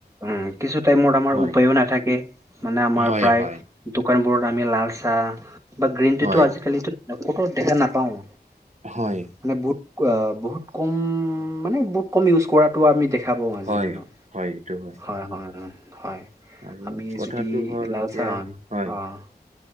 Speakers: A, on the right; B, on the right.
A: উম, কিছু টাইমত আমাৰ
B: হয়
A: উপায়ো নাথাক কে মানে, আমাৰ
B: হয়
A: প্ৰায়
B: হয়
A: দোকানবোৰত আমি লালচাহ বা গ্ৰীণট্ৰীটো
B: হয়
A: আজিকালিটো ক'তো দেখা নাপাওঁ।
B: হয়।
A: মানে বহুত আঁ বহুত কম মানে, বহুত কম ইউজ কৰাটো আমি দেখা পাওঁ আজিৰ
B: হয়
A: দিনত।
B: হয়, এইটো হয়।
A: হয়, হয়, উম, হয়।
B: আৰু
A: আমি
B: কথাটো
A: যদি
B: হ'ল
A: লালচাহ
B: এতিয়া
A: <unintelligible>
B: হয়
A: অ'।